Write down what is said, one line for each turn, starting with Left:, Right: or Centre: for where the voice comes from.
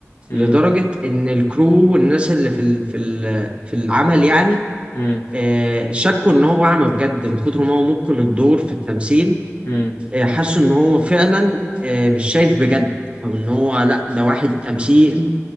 Left: امم
Right: لدرجة إن الكرو والناس اللي في ال- في ال- في العمل يعني
Left: امم
Right: آه، شكوا إن هو أعمى بجد من كتر ما هو متقن الدور في التمثيل
Left: امم
Right: آه، حسوا إن هو فعلا آه، مش شايف بجد أو إن هو لأ ده واحد تمثيل